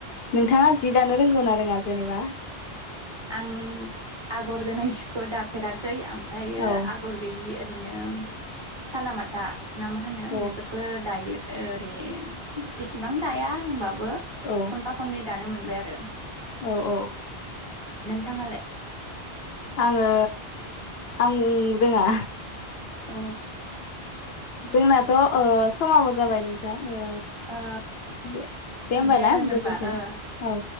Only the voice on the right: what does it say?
आं आगर गोनां जिखौ दाफेराखै आम फ्रायो
आगर गैयि ओरैनो सालामाथा ना मा होनो
बेफोरफोरखो दायो ओरै इसेबां दाया होनबा बो खनफा
खन्नै दानो मोनबाय आरो
नोंथाङालाय
अ
ओ
दे
होनोबा
ओ